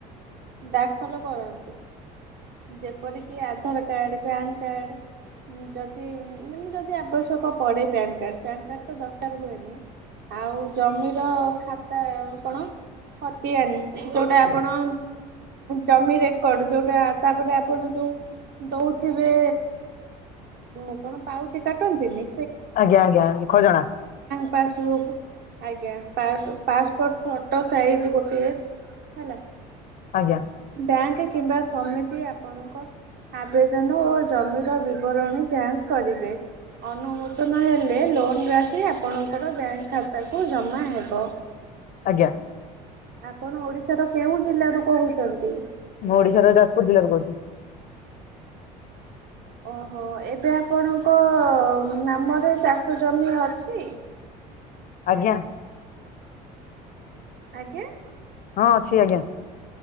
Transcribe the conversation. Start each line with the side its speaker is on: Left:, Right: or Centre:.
Right: ଦାଖଲ କରନ୍ତୁ। ଯେପରିକି ଆଧାର କାର୍ଡ, ପ୍ୟାନ କାର୍ଡ ଯଦି ମାନେ ଯଦି ଆବଶ୍ୟକ ପଡ଼େ ପ୍ୟାନ କାର୍ଡ ପାନ କାର୍ଡ ତ ଦରକାର ହୁଏନି। ଆଉ ଜମିର ଖାତା କଣ ଖତିଆନି ଯୋଉଟା ଆପଣ ଜମିରେ କଣ ଯୋଉଟା ତାପରେ ଆପଣ ଯୋଉ ଦଉଥିବେ ମୁଁ କଣ ପାଉତି କାଟନ୍ତିନି।
Left: ଆଜ୍ଞା ଆଜ୍ଞା ଖଜଣା।
Right: ପାସ୍‌ବୁକ୍ ଆଜ୍ଞା ପାସ୍ ପାସ‌ପୋଟ୍ ଫଟୋ ସାଇଜ ଗୋ ଟିଏ ହେଲା।
Left: ଆଜ୍ଞା
Right: ବ୍ୟାଙ୍କ କିମ୍ବା ସମିତି ଆପଣଙ୍କ ଆବେଦନ ଓ ଜମିର ବିବରଣୀ ଯାଞ୍ଚ କରିବେ। ଅନୁମୋଦନ ହେଲେ ଲୋନ୍‌ ରାଶି ଆପଣଙ୍କର ବ୍ୟାଙ୍କ ଖାତାକୁ ଜମା ହେବ।
Left: ଆଜ୍ଞା।
Right: ଆପଣ ଓଡିଶାର କେଉଁ ଜିଲ୍ଲା ରୁ କହୁଛନ୍ତି?
Left: ମୁଁ ଓଡିଶାର ଯାଜପୁର ଜିଲ୍ଲା ରୁ କହୁଚି।
Right: ଅହୋ ଏବେ ଆପଣଙ୍କ ନାମରେ ଚାଷ ଜମି ଅଛି?
Left: ଆଜ୍ଞା।
Right: ଆଜ୍ଞା।
Left: ହଁ ଅଛି ଆଜ୍ଞା।